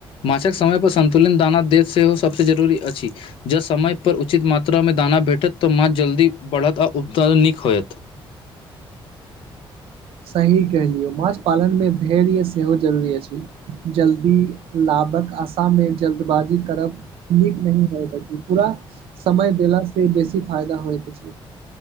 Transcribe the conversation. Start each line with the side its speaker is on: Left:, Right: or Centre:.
Left: माँछक समय पर सन्तुलित दाना देत सेहो सबसे जरूरी अछि। जँ समय पर उचित मात्रा मे दाना भेटत तऽ माछ जल्दी बढ़त आ उपतरण नीक होयत।
Right: सही कहलिऐ माछ पालन मे धैर्य सेहो जरूरी अछि। जल्दी लाबक आशा नै जल्दबाजी करब। नीक नहि होय अछि पूरा समय देला से बेसी फायदा होइत अति।